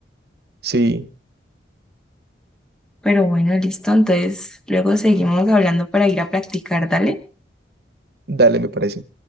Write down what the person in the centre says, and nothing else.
Pero bueno, listo. Entonces, luego seguimos hablando para ir a practicar, dale.